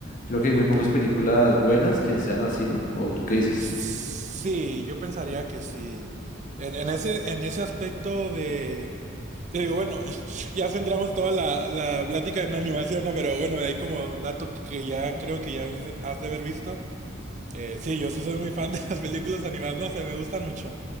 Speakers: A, on the left; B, on the right.
A: Creo que hay muy pocas películas buenas que sean así, ¿no? ¿O tú qué dices?
B: Sí, yo pensaría que sí. En, en ese, en ese aspecto de, de, bueno, <laughs> ya centramos toda la, la plática en animación, ¿no? Pero bueno, de ahí como dato que ya creo que ya has has de haber visto. Eh, sí, yo sí soy muy fan de las películas animadas, no sé, me gustan mucho.